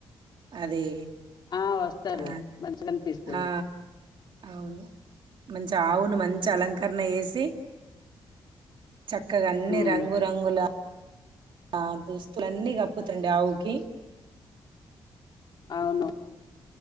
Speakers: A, on the right (about 60°); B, on the left (about 50°).
A: అది
B: ఆ వస్తారు
A: అ
B: మంచిగా అనిపిస్తది
A: ఆ అవును మంచి ఆవును మంచి అలంకరణ ఏసి చక్కగ అన్ని
B: ఉమ్
A: రంగు రంగుల ఆ దుస్తులన్నీ గప్పుతుండే ఆవుకి
B: అవును